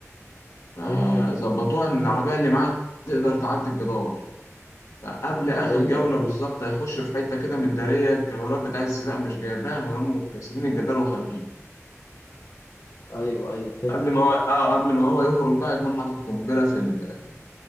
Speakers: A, on the left; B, on the left.
A: فظبطوها
B: مم.
A: ان العربيه اللي معاه تقدر تعدي الجدار فقبل اخر
B: ايوه
A: جوله
B: فهمت
A: بالظبط هيخش في حته كده مداريه الكاميرات بتاع السباق مش جايباها وهم كاسرين الجدار وخارجين
B: ايوه ايوه فهمت
A: قبل ما هو اه قبل ما هو يخرج بقى يكون حاطط قنبله في ال-